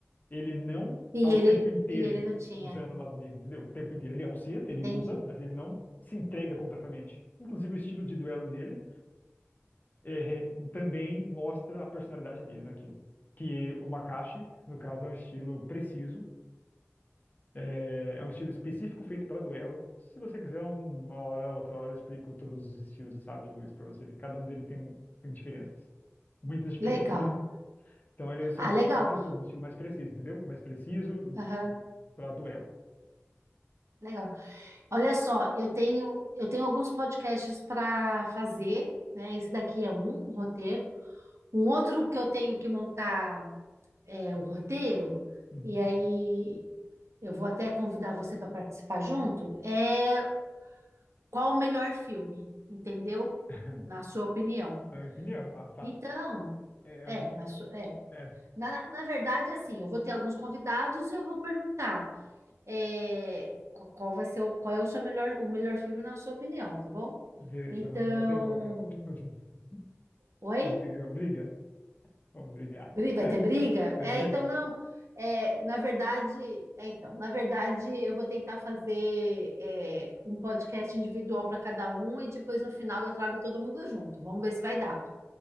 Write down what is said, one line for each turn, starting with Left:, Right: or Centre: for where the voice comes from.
Left: Ele não
Right: E
Left: tá o
Right: ele,
Left: tempo inteiro
Right: e ele
Left: em-
Right: não tinha.
Left: usando o lado negro, entendeu? O tempo inteiro. Ele é um Sith, ele
Right: Entendi.
Left: usa, mas ele não se entrega completamente. Inclusive, o estilo de duelo dele é, é, também mostra a personalidade dele naquilo. Que o Makashi, no caso, é um estilo preciso, é, é um estilo específico feito para duelo. Se você quiser, uma hora, outra hora, eu explico todos os estilos e sabres de luz para você ver. Cada um deles tem, um, tem diferenças. Muitas diferenças,
Right: Legal.
Left: aliás. Então, ele é o seu
Right: Ah, legal.
Left: resumo, um estilo mais preciso, entendeu? Mais preciso
Right: Aham,
Left: para duelo.
Right: legal. Olha só, eu tenho, eu tenho alguns podcasts para fazer, né? Esse daqui é um, um roteiro. Um outro que eu tenho que montar é o roteiro,
Left: Uhum.
Right: e aí eu vou até convidar você para participar junto, é qual o melhor filme, entendeu?
Left: <laughs>
Right: Na sua opinião.
Left: Na minha opinião, ah, tá.
Right: Então,
Left: É,
Right: é, na, su- é.
Left: é.
Right: Na, na verdade, assim, eu vou ter alguns convidados e eu vou perguntar é, qu- qual vai ser o, qual é o seu melhor, o melhor filme na sua opinião, tá bom?
Left: Beleza,
Right: Então,
Left: vamos bater boca. <laughs>
Right: oi?
Left: Briga, briga. Vamos brigar.
Right: Bri-
Left: <laughs>
Right: Vai
Left: Mas
Right: ter briga? É,
Left: beleza.
Right: então não. É, na verdade, é, então, na verdade, eu vou tentar fazer é, um podcast individual para cada um e depois no final eu trago todo mundo junto. Vamos ver se vai dar.